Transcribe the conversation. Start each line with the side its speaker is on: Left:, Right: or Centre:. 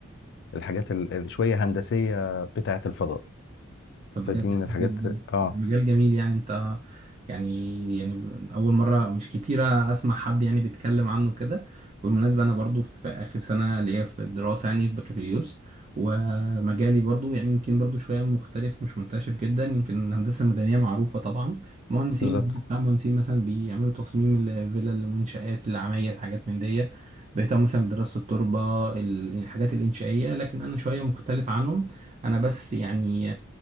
Left: والحاجات شوية هندسية بتاعة الفضاء
Right: طب
Left: فدي
Right: بجد
Left: من
Right: حلو
Left: الحاجات
Right: جدا
Left: اه
Right: مجال جميل يعني انت يعني يعني اول مره مش كتيره اسمع حد يعني بيتكلم عنه كده بالمناسبه انا برضو في اخر سنه ليا في الدراسه يعني في بكالوريوس ومجالي برضو يعني يمكن برضو شويه مختلف مش منتشر جدا يمكن الهندسه المدنيه معروفه طبعا مهندسين
Left: بالظبط
Right: بتاع مهندسين مثلا بيعملوا تصميم الفلل المنشآت العماير حاجات من دي بيهتموا مثلا بدراسه التربه ال- الحاجات الانشائيه لكن انا شويه مختلف عنهم انا بس يعني